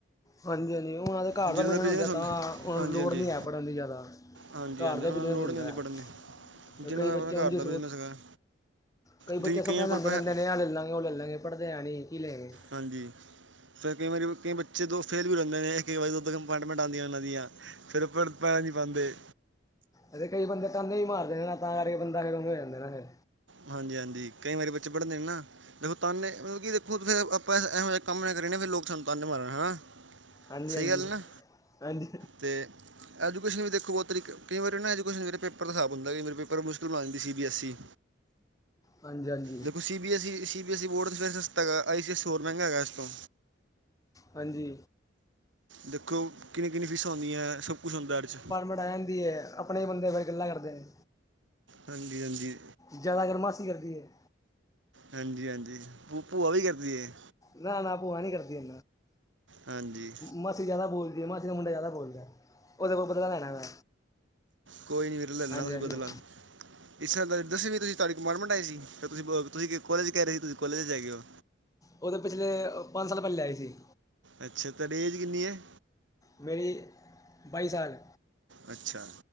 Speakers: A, on the left; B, on the right.
A: ਹਾਂਜੀ-ਹਾਂਜੀ, ਉਹਨਾਂ ਦੇ ਘਰ
B: ਜਿਹਨਾਂ
A: ਦਾ ਬਿਜਨ ਹੁੰਦਾ,
B: ਬਿਜ਼ਨਸ
A: ਤਾਂ ਓਹਨਾ
B: ਹਾਂਜੀ
A: ਨੂੰ ਲੋੜ
B: ਹਾਂਜੀ
A: ਨੀ ਹੈ, ਪੜਨ ਦੀ ਜਾਦਾ।
B: ਹਾਂਜੀ
A: ਘਰ
B: ਹਾਂਜੀ
A: ਦਾ
B: ਉਹਨਾਂ
A: ਬਿਜ਼ਨਸ
B: ਨੂੰ ਲੋੜ
A: ਹੁੰਦਾ
B: ਨਹੀਂ ਹੁੰਦੀ
A: ਹੈ
B: ਪੜ੍ਹਨ ਦੀ ਜਿਹਨਾਂ
A: ਕਈ
B: ਦਾ
A: ਬੱਚੇ
B: ਆਪਣਾ ਘਰ
A: ਉਂਝ
B: ਦਾ ਬਿਜ਼ਨਸ ਹੈਗਾ
A: ਕਈ ਬੱਚੇ
B: ਜੀ
A: ਸਪਨੇ
B: ਕਈਆਂ ਕੋਲ
A: ਲੈਂਦੇ
B: ਪੈਸਾ
A: ਰੈਂਦੇ ਨੇ, ਆਹ ਲੈ ਲਾਂਗੇ, ਉਹ ਲ੍ਹੈ ਲਾਂਗੇ, ਪੜ੍ਹਦੇ ਹੈ ਨੀ, ਕੀ ਲੈ ਗਏ
B: ਹਾਂਜੀ ਫਿਰ ਕਈ ਵਾਰੀ, ਕਈ ਬੱਚੇ ਦੋ ਫੇਲ ਵੀ ਰਹਿੰਦੇ ਨੇ, ਕਈ ਵਾਰੀ ਦੋੋਂ ਕੰਪਾਰਮੇਂਟ ਆਂਦੀਆ ਉਹਨਾ ਦੀਆਂ। ਫਿਰ ਓਹ ਪੜ ਤਾਂ ਨਹੀਂ ਪਾਉਂਦੇ
A: ਅੱਛਾ ਕਈ ਬੰਦੇ ਤਾਨੇ ਵੀ ਮਾਰਦੇ ਨੇ ਨਾ ਤਾਂ ਕਰਕੇ ਬੰਦਾ ਲੜਨ ਨੂੰ ਹੋ ਜਾਂਦਾ ਏ ਨਾ ਫੇਰ
B: ਹਾਂਜੀ- ਹਾਂਜੀ ਕਈ ਵਾਰੀ ਬੱਚੇ ਪੜ੍ਹਨ ਦੇ ਨੇ ਨਾ ਦੇਖੋ ਤਾਨੇ, ਮਤਲਬ ਕਿ ਦੇਖੋ ਫਿਰ ਆਪਾਂ ਇਹੋ ਜਿਹਾ ਕੰਮ ਨਾ ਕਰੀਏ, ਫਿਰ ਲੋਕ ਸਾਨੂੰ ਤਾਂਨੇ ਮਾਰਨ ਹਨਾ।
A: ਹਾਂਜੀ
B: ਸਹੀ
A: ਹਾਂਜੀ
B: ਗੱਲ ਨਾ,
A: ਹਾਂਜੀ
B: ਤੇ ਐਜੂਕੇਸ਼ਨ ਵੀ ਦੇਖੋ ਬਹੁਤ ਤਰੀ--ਕੇ ਕਈ ਵਾਰੀ ਨਾ ਐਜਕੇਸ਼ਨ ਪੇਪਰ ਤਾਂ ਖਰਾਬ ਹੁੰਦਾ ਕਿ, ਫਿਰ ਪੇਪਰ ਮੁਸ਼ਕਿਲ ਬਣਾ ਦਿੰਦੀ ਸੀਬੀਐੱਸ ਈ।
A: ਹਾਂਜੀ-ਹਾਂਜੀ।
B: ਦੇਖੋ C B S E, C B S E board ਫਿਰ ਸਸਤਾ ਹੈਗਾ, ਆਈ ਸੀ ਐੱਸ, ਹੋਰ ਮੈਂਗਾ ਹੈਗਾ ਇਸ ਤੋਂ।
A: ਹਾਂਜੀ
B: ਦੇਖੋ ਕਿੰਨੀ-ਕਿੰਨੀ ਫੀਸਾਂ ਹੁੰਦੀਆਂ ਸਭ ਕੁਛ ਹੁੰਦਾ ਇਹਦੇ 'ਚ
A: ਪੜਾ ਜਾਂਦੀ ਹੈ। ਆਪਣੇ ਬੰਦੇ ਫਿਰ ਗੱਲਾਂ ਕਰਦੇ ਨੇ।
B: ਹਾਂਜੀ- ਹਾਂਜੀ।
A: ਜ਼ਿਆਦਾ ਕਰ ਮਾਸੀ ਕਰਦੀ ਹੈ।
B: ਹਾਂਜੀ-ਹਾਂਜੀ ਭੂ ਭੂਆ ਵੀ ਕਰਦੀ ਹੈ।
A: ਨਾ-ਨਾ ਭੂਆ ਨਹੀਂ ਕਰਦੀ ਹੈ
B: ਹਾਂਜੀ
A: ਮਾਸੀ ਜ਼ਿਆਦਾ ਬੋਲਦੀ ਹੈ ਮਾਸੀ ਮੁੰਡਾ ਜ਼ਿਆਦਾ ਬੋਲਦਾ ਹੈ। ਉਹਦੇ ਕੋਲੋ ਬਦਲਾ ਲੈਣਾ ਮੈਂ
B: ਕੋਈ ਨਹੀਂ ਵੀਰੇ ਲੈ ਲੈਣਾ
A: ਹਾਂਜੀ-
B: ਤੁਸੀਂ
A: ਹਾਂਜੀ
B: ਬਦਲਾ ਇਸ ਤਰ੍ਹਾਂ ਦੱਸਵੀ ਤੁਸੀਂ ਤੁਹਾਡੀ ਕਮਾਰਟਮਟ ਆਏ ਸੀ ਤਾਂ ਤੁਂ ਤੁਸੀਂ ਕ ਕੋਲੇਜ 'ਚ ਰਹੇ ਸੀ ਤੁਸੀਂ ਕੋਲੇਜ 'ਚ ਜਾ ਗਏ ਹੋ।
A: ਉਹਦੇ ਪਿਛਲੇ ਪੰਜ ਸਾਲ ਪਹਿਲੇ ਆਈ ਸੀ।
B: ਅੱਛਾ ਤੁਹਾਡੀ ਏਜ ਕਿੰਨੀ ਹੈ
A: ਮੇਰੀ, ਬਾਈ ਸਾਲ।
B: ਅੱਛਾ